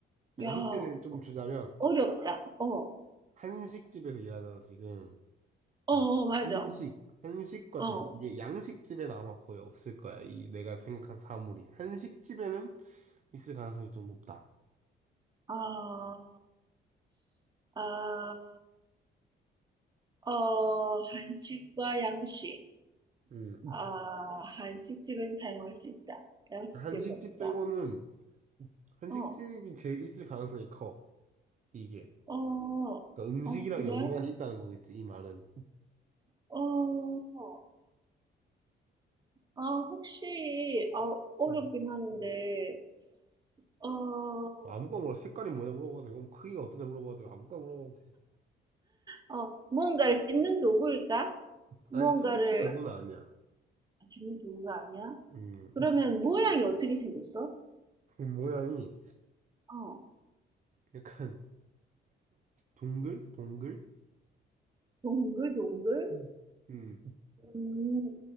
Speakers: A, on the right; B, on the right.
A: 약간
B: 야,
A: 힌트를 좀 주자면
B: 어렵다. 어,
A: 한식집에서 일하잖아 지금.
B: 어,
A: 이
B: 어, 맞아.
A: 한식, 한식과
B: 어,
A: 좀 이게 양식집에는 아마 거의 없을 거야. 이 내가 생각한 사물이 한식집에는 있을 가능성이 좀 높다.
B: 아, 아, 어, 한식과 양식.
A: 음.
B: 아, 한식집은 사용할 수 있다. 양식집은
A: 한식집
B: 없다.
A: 빼고는 한식집이
B: 어,
A: 제일 있을 가능성이 커. 이게
B: 어,
A: 그러니까 음식이랑
B: 어, 그래?
A: 연관이 있다는 거겠지 이 말은.
B: 어, 아, 혹시, 어 어렵긴
A: 음.
B: 하는데, 어,
A: 아무거나 물어 색깔이 뭐냐 물어봐도 되고 뭐 크기가 어떠냐 물어봐도 되고 아무거나 물어봐도 되지.
B: 어, 뭔가를 찝는 도구일까? 뭔가를
A: 아니 찝는 도구는 아니야.
B: 아, 찝는 도구가 아니야?
A: 음.
B: 그러면 모양이 어떻게 생겼어?
A: 그 모양이
B: 어,
A: 약간 동글? 동글?
B: 동글동글?
A: 음. 음,
B: 음,